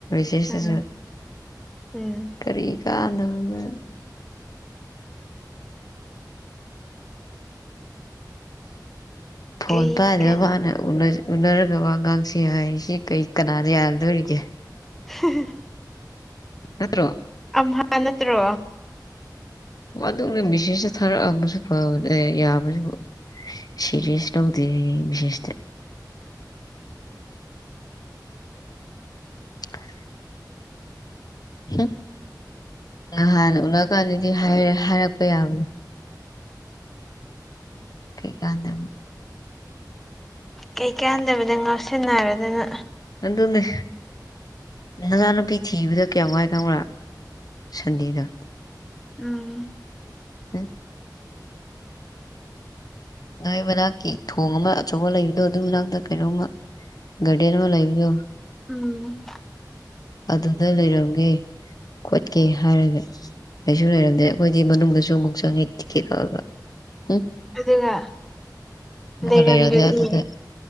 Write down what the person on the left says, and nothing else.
ꯁꯦꯁꯁꯨ
ꯀꯔꯤ ꯀꯥꯟꯗꯒ ꯐꯣꯟꯣꯟ
ꯄꯥꯏꯗꯕ
ꯃꯥꯅ ꯎꯅ ꯎꯅꯔꯒ ꯋꯥꯉꯥꯡꯁꯦ ꯍꯥꯏ ꯁꯤ ꯀꯩ ꯀꯅꯥꯗ ꯌꯥꯗꯣꯔꯤꯒꯦ꯫
ꯅꯠꯇ꯭ꯔꯣ꯫
ꯋꯣ ꯑꯗꯨꯛꯅꯦ ꯃꯤꯁꯦꯁꯆꯨ ꯊꯥꯔꯛꯑꯝꯕꯁꯨ ꯐꯕꯅꯦ ꯌꯥꯕꯁꯨꯕꯨ ꯁꯤꯔꯦꯁ ꯂꯧꯗꯦ ꯃꯤꯁꯦꯁꯇ꯫ <inaudible> ꯍꯨꯝ ꯅꯍꯥꯟ ꯎꯅ ꯀꯥꯟꯗꯗꯤ ꯍꯥꯢꯔ ꯍꯥꯏꯔꯛꯄ ꯌꯥꯕꯅꯦ꯫ ꯀꯩ ꯀꯥꯟꯗ
ꯑꯗꯨꯅꯦ꯫ ꯅꯆꯥꯅꯨꯄꯤ ꯊꯤꯕꯗ ꯀꯌꯥꯝ ꯋꯥꯏ ꯈꯪꯕ꯭ꯔꯥ ꯁꯟꯗꯤꯗꯣ
ꯎꯝ ꯅꯣꯏ ꯃꯅꯥꯛꯀꯤ ꯊꯣꯡ ꯑꯃ ꯑꯆꯧꯕ ꯂꯩꯕꯗꯣ ꯑꯗꯨꯏ ꯃꯅꯥꯛꯇ ꯀꯩꯅꯣꯝꯃ ꯒꯥꯔꯗꯦꯟ ꯃ ꯂꯩꯕꯗꯨ꯫
ꯑꯗꯨꯗ ꯂꯩꯔꯝꯒꯦ ꯈꯣꯠꯀꯦ ꯍꯥꯏꯔꯒ ꯀꯩꯁꯨ ꯂꯩꯔꯝꯗ꯭ꯔꯦ ꯑꯩꯈꯣꯏꯗꯤ ꯃꯅꯨꯡꯗꯁꯨ ꯑꯃꯨꯛ ꯆꯪꯉꯦ ꯇꯤꯛꯀꯦꯠ ꯀꯛꯑꯒ ꯎꯝ
ꯑꯗꯨꯒ
ꯂꯩꯔꯝꯗꯦ ꯑꯗꯨꯗ